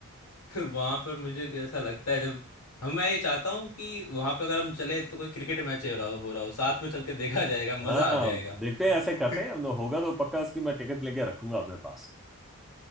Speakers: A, on the left; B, in the centre.
A: <laughs> वहां पर मुझे ऐसा लगता है जब हम मैं ये चाहता हूँ कि वहां पर अगर हम चले तो कोई क्रिकेट मैच हो रहा हो हो रहा हो साथ में चल के देखा जाएगा मजा
B: हाँ
A: आ जाएगा
B: देखते
A: <laughs>
B: हैं ऐसे करते हैं होगा तो पक्का इसकी मैं टिकट लेके रखूंगा अपने पास